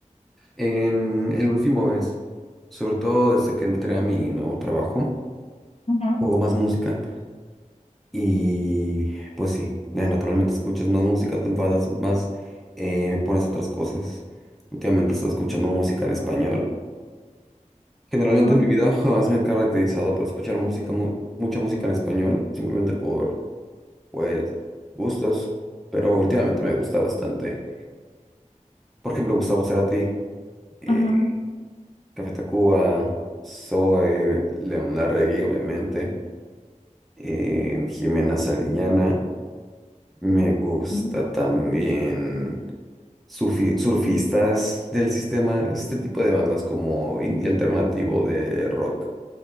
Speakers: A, in the centre; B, on the left (about 50°).
A: en el último mes, sobre todo desde que entré a mi nuevo trabajo.
B: Ujú,
A: Hago más música. Y pues sí, eh, naturalmente escuchas más música, te enfadas más, eh, pones otras cosas. Últimamente estoy escuchando música en español. Generalmente
B: ujú,
A: en mi vida <laughs> jamás me he caracterizado por escuchar música, mu- mucha música en español, simplemente por, pues, gustos. Pero últimamente me gusta bastante. Por ejemplo, Gustavo Cerati, eh,
B: ujú,
A: Café Tacuba, Zoe, León Larregui, obviamente, eh, Jimena Sariñana. Me gusta
B: ujú.
A: también sufi- surfistas del sistema, este tipo de bandas como indie alternativo de rock